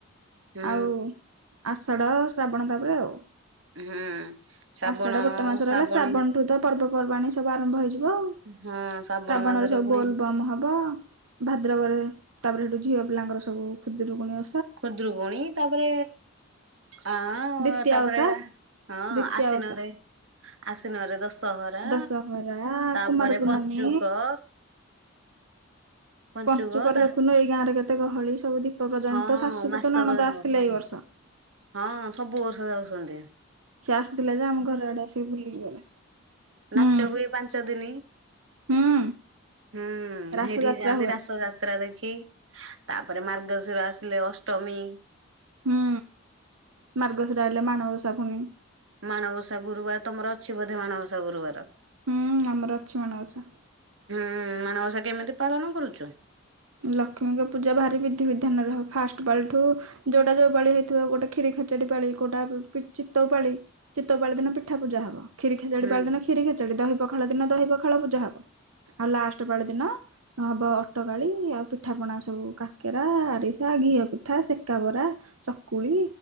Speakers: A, on the right; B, on the right.
A: ହୁଁ
B: ଆଉ ଆଉସ ଷଡ଼ ଶ୍ରାବଣ ତାପରେ ଆଉ
A: ହୁଁ ଶ୍ରାବଣ
B: ଆଷାଢ ଗୋଟେ ମାସ ର
A: ଶ୍ରାବଣୀ
B: ହେଲା ଶ୍ରାବଣଠୁ ତ ପର୍ବପର୍ବାଣୀ ସବୁ ଆରମ୍ଭ ହେଇଯିବ ଆଉ
A: ହଁ ଶ୍ରାବଣ
B: ଶ୍ରାବଣରେ
A: ମାସରେ
B: ସବୁ
A: ପୁଣି
B: ବୋଲ୍ ବମ ହବ ଭାଦ୍ରବରେ ତାପରେ ସେଠୁ ଝିଅବ ପିଲାଙ୍କରବୁଦରୁକୁୁଣି
A: ଖୁଦ୍ରରୁକୁଣୀ ତାପରେ ଆ
B: ଦ୍ଵିତୀୟା
A: ତାପରେ
B: ଓଷା
A: ହଁ
B: ଦ୍ଵିତୀୟା
A: ଆସ
B: ଓଷା
A: ିନରେ ଆଶନରେ ଦଶ ସହରା
B: ଦଶହରା
A: ତାପରେ
B: କୁମାର ପୂର୍ଣ୍ଣମୀ
A: ପଞ୍ଚୁକ ପଞ୍ଚୁକ
B: ପଞ୍ଚୁକର
A: ତା
B: ଦେଖୁନୁ ଏଇ ଗାଁ ରେ କେତେ ଗହଳି ସବୁ ଦୀପ ପ୍ରଜ
A: ହଁ
B: ତ ଶାଶୁକୁ
A: ମାସକ
B: ତ ନଣଦା
A: ଯାକ
B: ଆସିଥିଲା ଏଇ ବର୍ଷ
A: ହଁ ସବୁ ର୍ଷଧ ଷଛନ୍ତି
B: ସେିଏ ଆସିଥିଲା ଯା ଆମ ଘର ଆଡେ ଆସିକି ବୁଲିକି ଗଲେ ହୁଁ
A: ନାଚ ହୁଏ ପାଞ୍ଚ ଦିନି
B: ହୁଁ
A: ହୁଁ ସେଇଠିକି
B: ରାସ ଯାତ୍ରା
A: ଯାଆନ୍ତି
B: ହୁଏ
A: ରାସ ଯାତ୍ରା ଦେଖି ତାପରେ ମାର୍ଗଶିର ଆସିଲେ ଅଷ୍ଟମୀ
B: ହୁଁ ମାର୍ଗଶିର ହେଲେ ମାଣବସା ପୁଣି
A: ମାଣବସା ଗୁରୁବାର ତମର ଅଛି ବୋଧେ ମାଣବସା ଗୁରୁବାର
B: ହୁଁ ଆମର ଅଛି ମାଣଉସା
A: ହୁଁ ମାନବସା କେମିତି ପାଳନ କରୁଛୁ
B: ଲକ୍ଷ୍ମୀଙ୍କ ପୂଜା ଭାରି ବିଧି ବିଧାନରେ ହବ ଫାଷ୍ଟ ବାଳ ଠୁ ଯୋଉଟା ଯୋଉ ବାଳ ହେଇଥିବ ଗୋଟେ କ୍ଷୀ ଖେଚଡି ପାଳି କଉଟା ଚିତଉ ପାଳି ଚିତଉ ପାଳି ଦିନ ପିଠା ପୂଜା ହବ କ୍ୀ ଖୋଡ଼ି
A: ହୁଁ
B: ପାରିନ କଷୀୋ ଦ ପଖାଳ ଦିନ ଦହି ପଖାଳ ପୂଜା ହବ ଆଉ ଲାଷ୍ଟ ବଳ ଦିନ ହବ ଅଟ ଳି ଆଉ ପିଠା ପଣା ସବୁ କାକେରା ଆରିସା ଘିଅ ପିଠା ସେକା ବରା ଚକୁଳି